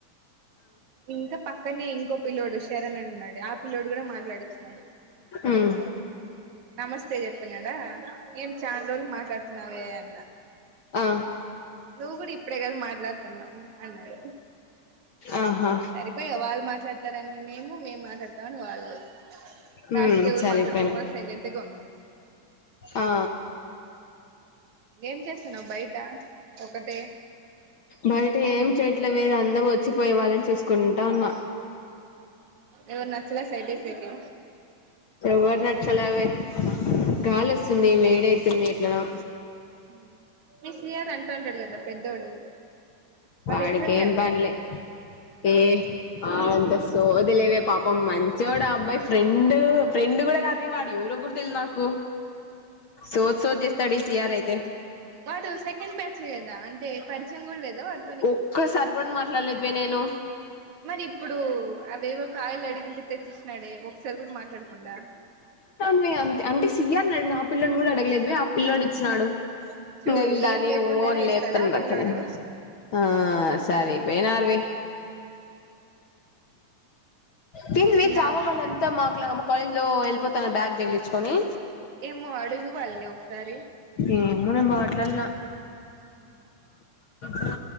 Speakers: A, on the right; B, on the left.
A: ఇంకా పక్కనే ఇంకో పిల్లోడు శరణ్ అన్నాడు ఆ పిల్లోడు కూడా మాట్లాడిచ్చినాడు
B: హుం
A: నమస్తే చెప్పిననా ఏం చాల్ రోజులకు మాట్లాడుతున్నావే అన్నా
B: ఆ
A: నువ్వు కూడా ఇప్పుడే కద మాట్లాడుతున్నావు అన్నాడు
B: ఆహా
A: సరిపోయా వాళ్ళు మాట్లాడతారని మేము మేము మాట్లాడతామని వాళ్ళు లాస్ట్
B: ఉమ్
A: కి ఎవరు
B: సరిపోయినా
A: మాట్లాడుకోపో సైలెంట్గా ఉన్నాం
B: ఆ
A: ఏం చేస్తున్నావ్ బయట ఒకటే
B: బయట ఏం చేయట్లేదువే అందరూ వచ్చిపోయే వాళ్లని చూసుకుంటా ఉన్నా
A: ఎవరు నచ్చలే సైట్ ఏసేకి
B: ఎవరు నచ్చలా వే గాలేస్తుంది వేడి అయితుంది ఎట్లనో
A: ఉమ్ మీ సియార్ అంటంటాడు గదా పెద్దోడు వాడు
B: వాడికేంపనిలే
A: ఎట్లుంటాడు
B: ఏ ఆ అంత సోదిలేవే పాపం మంచ్ చోడా అబ్బాయి ఫ్రెండ్, ఫ్రెండ్ కూడా కాదే వాడు ఎవరో కూడా తెల్దు నాకు. సోద్ సోద్ చేస్తడు, ఈ సి ఆర్ ఐతే
A: వాడు సెకండ్ బ్యాచ్ కదా, అంటే పరిచయం కూడా లేదా వాడ్
B: ఒక్కసారి కూడా మాట్లాడలేదు వే నేను
A: మరి ఇప్పుడు అవేవో కాయలు అడిగితే తెచ్చి ఇచ్చినాడే ఒక్కసారి కూడా మాట్లాడకుండా.
B: వే అంతే అంటే సీ ఆర్ నీ అడిగిన, ఆ పిల్లోన్నీ కూడా అడగలేదు వే, ఆ పిల్లోడు ఇచ్చినాడు.
A: చూడు
B: ఇంగ వీళ్ళు దాన్ని
A: ఏం లేకుండానే
B: ఓ అని లేపుతాన్నరు
A: ఇస్తాడా ఆ
B: అట్లనే
A: పిల్లోడు
B: ఆ సరిపోయినారు వే తింన్నీ
A: ఇంగా
B: జావ వాళ్లంతా మా క్లా మా కాలేజీలో ఎల్పో తన బ్యాగ్ తగిలిచుకొని,
A: ఏమో అడుగు వాళ్ళని ఒకసారి
B: ఉమ్ అమ్మో నేను మాట్లాడిన
A: అవును
B: హా